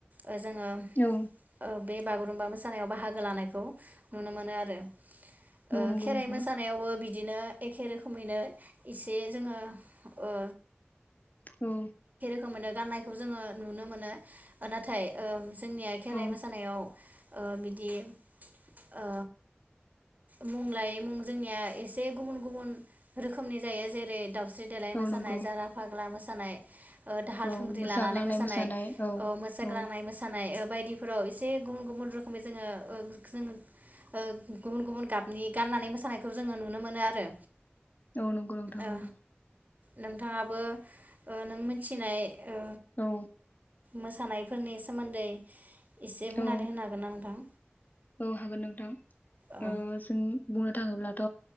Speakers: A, on the right; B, on the left.
A: ओ जोङो
B: औ
A: ओ बे बागुर खागुरुम्बा मोसानायाव बाहागो लानायखौ नुनो मोनो आरो। ओ
B: औ नंगौ
A: खेराइ
B: नोंथां
A: मोसानायावबो बिद बिदिनो एखे रोखोमैनो एसे जोङो ओ
B: औ।
A: खौ मोनो गाननायखौ जोङो नुनो मोनो नाथाय ओ जोंनिया खेराइ
B: औ
A: मोसानायाव ओ बिदि ओ मुं लायै मुं जोंनिया एस से गुबुन गुबुन रोखोमनि जायो जेरै दाव स्रि देलाय
B: औ
A: मोसानाय,
B: नंगौ
A: जाारा फाग्ला मोस सानाय ओ दाहाल
B: औ
A: थुंग्रि
B: मोसाग्लांनाय
A: लानानै मोसानाय,
B: औ
A: अ मोसाग्लांनाय
B: औ
A: मोसानाय। बायदिफोराव एसे गुबुन गुबुन रोखोमै जोङो ओ जों ओ गुबुन गुबुन गाबनि गाननानै मोसानायखौ जोङो नु नो मोनो आरो।
B: औ नंगौ नोंथां नंगौ।
A: ओ नोंथाङाबो ओ नों मिथिनाय ओ
B: औ
A: मोसानायफोरनि सोमोन्दै एसे
B: औ
A: बुंनानै होनो हागोन ना नोंथां?
B: औ हागोन नोंथां।
A: औ
B: ओ बुंनो थाङोब्लाथ'